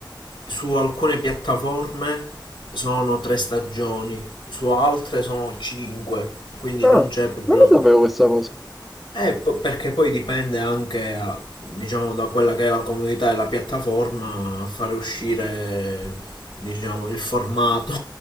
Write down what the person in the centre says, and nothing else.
Ah,
non lo sapevo questa cosa.